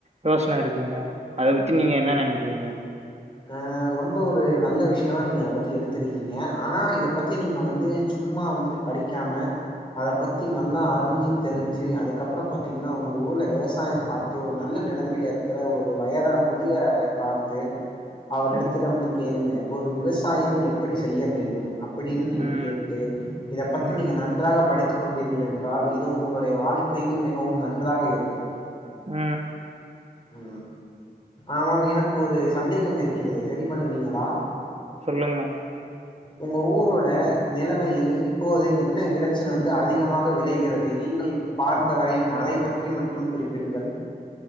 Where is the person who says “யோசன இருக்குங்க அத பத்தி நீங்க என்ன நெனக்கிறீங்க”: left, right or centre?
Right